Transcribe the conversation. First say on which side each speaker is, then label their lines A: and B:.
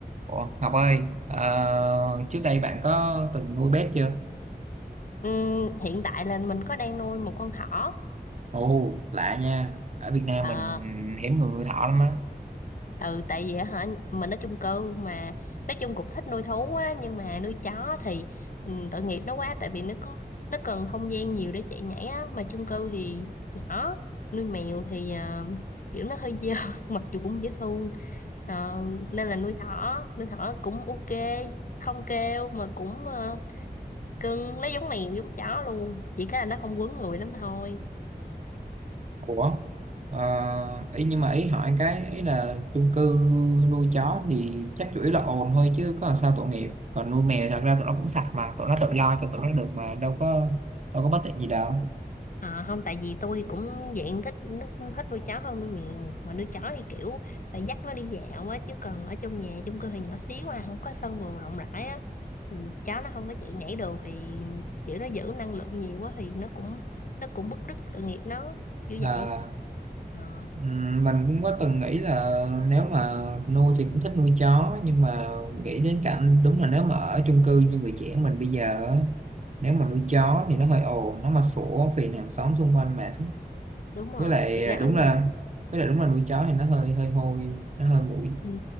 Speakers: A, on the right; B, on the left.
A: Ủa, Ngọc ơi, ờ, trước đây bạn có từng nuôi bét chưa?
B: Ừm, hiện tại là mình có đang nuôi một con thỏ
A: Ồ, lạ nha. Ở Việt Nam
B: Ờ,
A: mình hiếm người nuôi thỏ lắm á.
B: ừ tại vì hả mình ở chung cư mà nói chung cũng thích nuôi thú á nhưng mà nuôi chó thì ừm, tội nghiệp nó quá tại vì nó cứ nó cần không gian nhiều để chạy nhảy á mà chung cư thì nhỏ nuôi mèo thì ờ, kiểu nó hơi dơ <laughs> mặc dù cũng dễ thương Ờ, nên là nuôi thỏ nuôi thỏ cũng ok không kêu mà cũng ờ, cưng nó giống mèo giống chó luôn chỉ cái là nó không quấn người lắm thôi
A: Ủa, ờ, ý nhưng mà ý hỏi cái ý là chung cư nuôi chó thì chắc chủ yếu là ồn thôi chứ có làm sao tội nghiệp. Còn nuôi mèo thật ra tụi nó cũng sạch mà, tụi nó tự lo cho tụi nó được mà đâu có đâu có bất tiện gì đâu.
B: À, không tại vì tôi cũng dạng thích thích thích nuôi chó hơn nuôi mèo mà nuôi chó thì kiểu phải dắt nó đi dạo á chứ còn ở trong nhà chung cư thì nhỏ xíu à không có sân vườn rộng rãi á thì chó nó không có chạy nhảy được thì kiểu nó giữ năng lượng nhiều quá thì nó cũng nó cũng bứt rứt tội nghiệp nó như vậy
A: Ừ.
B: Ờ,
A: Ừm, Mình cũng có từng nghĩ là nếu mà nuôi thì cũng thích nuôi chó nhưng mà nghĩ đến cảnh đúng là nếu mà ở chung cư như người trẻ mình bây giờ á, nếu mà nuôi chó thì nó hơi ồn nó mà sủa phiền hàng xóm xung quanh mệt lắm.
B: đúng rồi
A: với lại
B: thiệt ra
A: à,
B: ở
A: đúng
B: nhà
A: là với lại đúng là nuôi chó thì nó hơi hơi hôi nó hơi bụi
B: ừ,